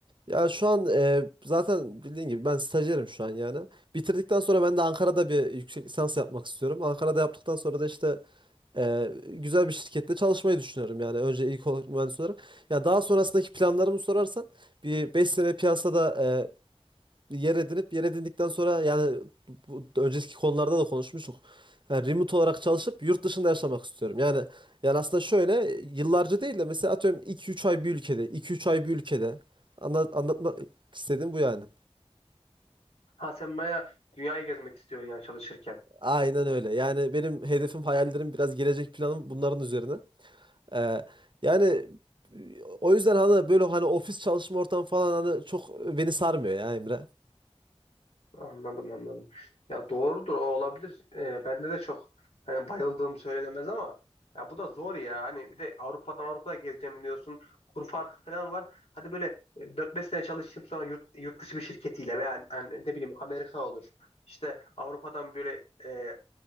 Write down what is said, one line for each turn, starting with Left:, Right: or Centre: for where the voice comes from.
Right: Ya şu an e, zaten bildiğin gibi ben stajyerim şu an yani. Bitirdikten sonra ben de Ankara'da bir yüksek lisans yapmak istiyorum. Ankara'da yaptıktan sonra da işte e, güzel bir şirkette çalışmayı düşünüyorum yani. Önce ilk olarak mühendis olarak. Ya daha sonrasındaki planlarımı sorarsan bir 5 sene piyasada e, yer edinip yer edindikten sonra yani bu, önceki konularda da konuşmuştuk. Yani remote olarak çalışıp yurt dışında yaşamak istiyorum. Yani yani aslında şöyle yıllarca değil de mesela atıyorum 2-3 ay bir ülkede, 2-3 ay bir ülkede anla, anlatmak istediğim bu yani.
Left: Ha sen bayağı dünyayı gezmek istiyorsun yani çalışırken.
Right: Aynen öyle. Yani benim hedefim, hayallerim, biraz gelecek planım bunların üzerine. Ee, yani o yüzden hani böyle hani ofis çalışma ortamı falan hani çok beni sarmıyor ya Emre.
Left: Anladım anladım. Ya doğrudur o olabilir. Ee, bende de çok hani bayıldığım söylenemez ama ya bu da zor ya. Hani bir de Avrupa'dan Avrupa'ya gezeceğim diyorsun. Kur farkı falan var. Hadi böyle e, 4-5 sene çalışayım sonra yurt, yurt dışı bir şirketiyle veya yani ne bileyim Amerika olur. İşte Avrupa'dan böyle e,